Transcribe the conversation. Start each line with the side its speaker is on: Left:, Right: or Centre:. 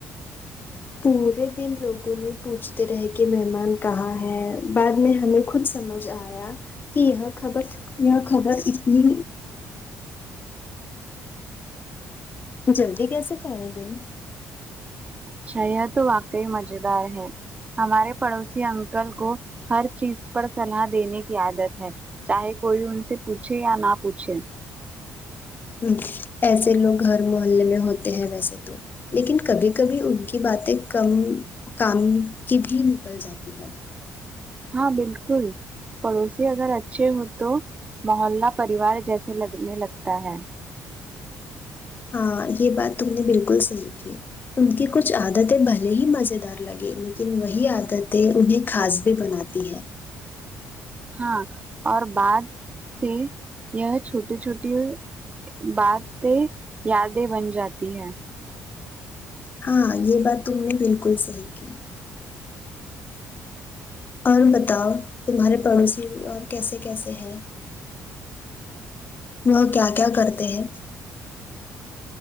Left: پورے دن لوگوں نے پوچھتے رہے کہ مہمان کہاں ہے بعد میں ہمیں خود سمجھ آیا کہ یہ خبر یہ خبر اتنی جلدی کیسے پھیل گئی
Right: چیا تو واقعی مزدار ہے ہمارے پڑوسی انکل کو ہر چیز پر صلاح دینے کی عادت ہے چاہے کوئی ان سے پوچھے یا نہ پوچھے
Left: ہوں ایسے لوگ ہر محلے میں ہوتے ہیں ویسے تو لیکن کبھی کبھی ان کی باتیں کم کام کی بھی نکل جاتی ہے
Right: ہاں بالکل پڑوسی اگر اچھے ہو تو محلہ پریوار جیسے لگنے لگتا ہے
Left: ہاں یہ بات تم نے بالکل صحیح کی ان کی کچھ عادتیں بھلے ہی مزیدار لگے لیکن وہی عادتیں انہیں خاص بھی بناتی ہے
Right: ہاں اور بات سے یہ چھوٹی چھوٹی باتیں یادیں بن جاتی ہے
Left: ہاں یہ بات تم نے بالکل صحیح کی اور بتاؤ تمہارے پڑوسی اور کیسے کیسے ہیں وہ کیا کیا کرتے ہیں